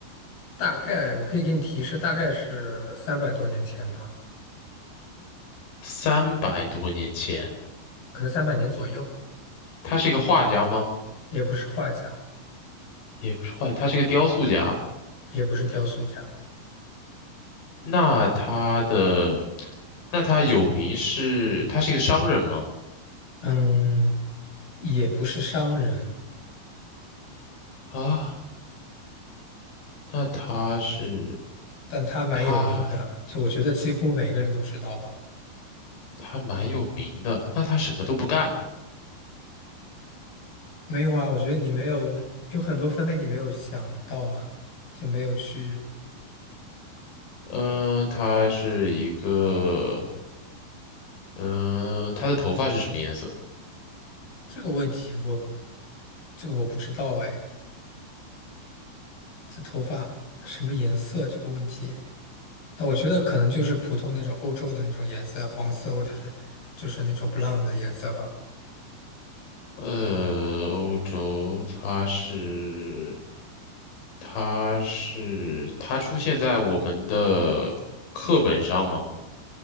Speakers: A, on the left (about 55°); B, on the left (about 85°).
A: 大概我可以给你提示，大概是三百多年前吧。
B: 三百多年前，
A: 可能三百年左右，
B: 他是一个画家吗？
A: 也不是画家，
B: 也不是画家，他是一个雕塑家。
A: 也不是雕塑家，
B: 那他的，那他有名是，他是一个商人吗？
A: 嗯，也不是商人，
B: 啊，那他是，
A: 但他蛮有名的，
B: 他
A: 就我觉得几乎每个人都知道吧。
B: 他蛮有名的，那他什么都不干。
A: 没有啊，我觉得你没有，有很多分类你没有想到啊，就没有去
B: 嗯、他是一个，嗯、他的头发是什么颜色？
A: 这个问题我，这个我不知道哎，这头发什么颜色这个问题，那我觉得可能就是普通那种欧洲的那种颜色，黄色或者是就是那种 blonde 的颜色吧。
B: 呃，欧洲它是它是它出现在我们的课本上吗？